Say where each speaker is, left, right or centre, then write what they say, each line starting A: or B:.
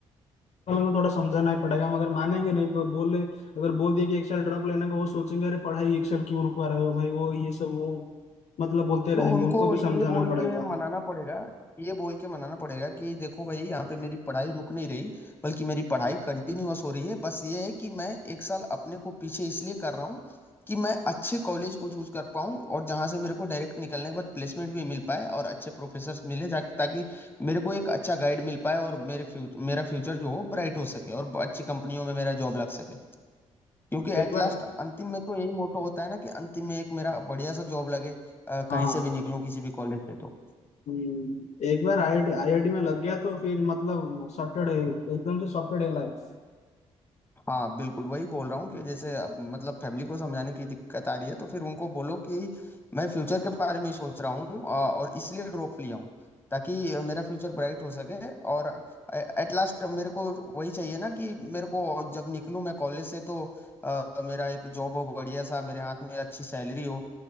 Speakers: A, on the left (about 55°); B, on the left (about 15°).
A: वालों को थोड़ा समझाना ही पड़ेगा मगर मानेंगे नहीं ब- बोले अगर बोल दिए कि एक साल ड्रॉप लेने का वो सोचेंगे अरे पढ़ाई एक साल क्यों रुकवा रहे हो भाई वो ये सब वो मतलब बोलते रहेंगे
B: तो उनको
A: उनको भी
B: ये
A: समझाना
B: बोल
A: पड़ेगा
B: के
A: हाँ
B: मनाना पड़ेगा ये बोल के मनाना पड़ेगा कि देखो भाई यहाँ पे मेरी पढ़ाई रुक नहीं रही बल्कि मेरी पढ़ाई कंटिन्यूअस हो रही है बस ये है कि मैं एक साल अपने को पीछे इसलिए कर रहा हूँ कि मैं अच्छे कॉलेज को चूज कर पाऊँ और जहाँ से मेरे को डायरेक्ट निकलने के बाद प्लेसमेंट भी मिल पाए और अच्छे प्रोफेसर मिले जा- ताकि मेरे को एक अच्छा गाइड मिल पाए और मेरे फ्यूचर मेरा फ्यूचर जो हो ब्राइट हो सके और अच्छी कंपनियों में मेरा जॉब लग सके क्योंकि एट
A: एक बार
B: लास्ट अंतिम में तो यही मोटो होता है ना कि अंतिम में एक मेरा बढ़िया सा जॉब लगे अ,
A: हाँ
B: कहीं से भी निकलूं किसी भी कॉलेज से तो
A: हम्म, एक बार आईआईटी आईआईटी में लग गया तो फिर मतलब सॉर्टेड है एकदम से सॉर्टेड है लाइफ
B: हाँ बिल्कुल वही बोल रहा हूँ कि जैसे अब मतलब फैमिली को समझाने की दिक्कत आ रही है तो फिर उनको बोलो कि मैं फ्यूचर के बारे में ही सोच रहा हूँ अ, और इसलिए ड्रॉप लिया हूँ ताकि अ, मेरा फ्यूचर ब्राइट हो सके और एट लास्ट मेरे को वही चाहिए ना कि मेरे को जब निकलूं मैं कॉलेज से तो अ, मेरा एक जॉब हो बढ़िया सा मेरे हाथ में अच्छी सैलरी हो